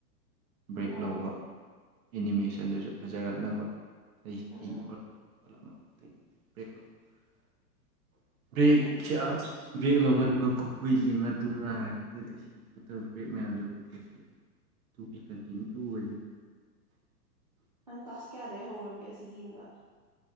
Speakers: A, on the right (about 55°); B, on the right (about 30°).
A: ꯕꯔ꯭ꯦꯛ
B: ꯑꯣ
A: ꯂꯧꯕ ꯏꯅꯤꯃꯦꯁꯟꯗꯁꯨ ꯐꯖꯔꯛꯅꯕ <unintelligible>
B: ꯎꯝ ꯎꯝ
A: <inaudible> <unintelligible>
B: ꯑꯗꯨ
A: <unintelligible>
B: ꯅꯪ ꯀꯂ꯭ꯥꯁ ꯀꯌꯥꯗꯒꯤ ꯍꯧꯔꯒꯦ ꯑꯁꯤ ꯌꯦꯡꯕ